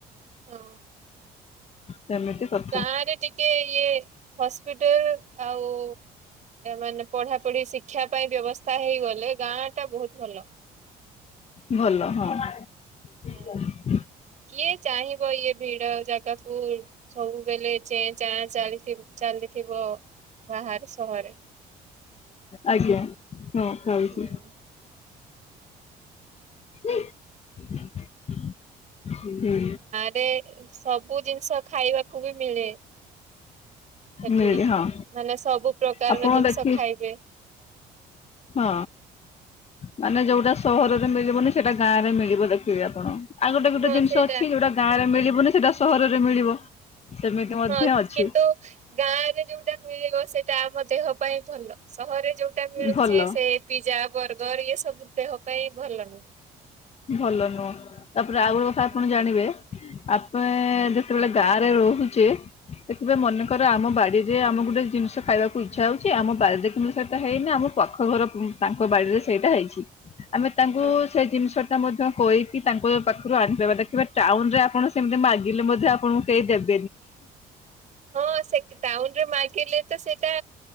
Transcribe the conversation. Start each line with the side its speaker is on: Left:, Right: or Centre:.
Right: ହଁ।
Left: ସେମିତି କଥା।
Right: ଗାଁ ରେ ଟିକେ ଇଏ ହସ୍ପିଟାଲ୍ ଆଉ ମାନେ ପଢା ପଢି ଶିକ୍ଷା ପାଇଁ ବ୍ୟବସ୍ଥା ହେଇଗଲେ ଗାଁ ଟା ବହୁତ ଭଲ।
Left: ଭଲ ହଁ <unintelligible>
Right: ହୁଁ କିଏ ଚାହିଁବ ଇଏ ଭିଡ ଜାଗାକୁ ସବୁବେଳେ ଚ ଚାଁ ଚାଲି ଚାଲିଥିବ। ବାହହାର ସହରେ।
Left: ଆଜ୍ଞା ହଁ ଖାଉଛି।
Right: ହୁଁ
Left: <inaudible> ହୁଁ।
Right: ରେ ସବୁ ଜିନିଷ ଖାଇବାକୁ ବି ମିଳେ। ସେଠି
Left: ମିଳି ହଁ
Right: ମାନେ ସବୁ ପ୍ରକାରର
Left: ଆପଣ
Right: ଜିନିଷ
Left: ଦେଖି
Right: ଖାଇବେ।
Left: ହଁ ମାନେ ଯୋଉଟା ସହରରେ ମିଳିବନି ସେଇଟା ଗାଁ ରେ ମିଳିବ ଦେଖିବେ ଆପଣ। ଆଉ ଗୋଟେ ଗୋଟେ
Right: ହଁ
Left: ଜିନିଷ
Right: ସେଇଟା
Left: ଅଛି ଯୋଉଟା ଗାଁରେ ମିଳିବନି ସେଇଟା ସହରରେ ମିଳିବ। ସେମିତି ମଧ୍ୟ
Right: ହଁ
Left: ଅଛି
Right: କିନ୍ତୁ ଗାଁ ରେ ଯୋଉଟା ମିଳିବ ସେଇଟା ଆମ ଦେହ ପାଇଁ ଭଲ ସହରରେ ଯୋଉଟା ମିଳୁଛି
Left: ଭଲ
Right: ସେ ପିଜା ବର୍ଗର ଇଏ ସବୁ ଦେହ ପାଇଁ ଭଲ ନୁହେଁ।
Left: ଭଲ ନୁହଁ ତାପରେ ଆଉ ଗୋଟେ
Right: ନୁହଁ
Left: କଥା ଆପଣ ଜାଣିବେ ଆପେ ଯେତେବେଳେ ଗାଁରେ ରହୁଛେ ଦେଖିବେ ମନେକର ଆମ ବାଡି ଯେ ଆମେ ଗୋଟେ ଜିନିଷ ଖାଇବାକୁ ଇଚ୍ଛା ହଉଛି ଆମ ବାରରେ କିନ୍ତୁ ସେଇଟା ହେଇନି ଆମ ପାଖ ଘର ତାଙ୍କ ବାଡ଼ିରେ ସେଇଟା ହେଇଛି, ଆମେ ତାଙ୍କୁ
Right: ହଁ
Left: ସେ ଜିନିଷ ମଧ୍ୟ କହିକି ତାଙ୍କ ପାଖରୁ ଆଣିପାରିବା ଦେଖିବାେ ଟାଉନ ରେ ଆପଣ ସେମିତି ମାଗିଲେ ମଧ୍ୟ ଆପଣଙ୍କୁ କେହି ଦେବେ
Right: ହଁ ସେ ଟାଉନରେ ମାଗିଲେ ତ ସେଇଟା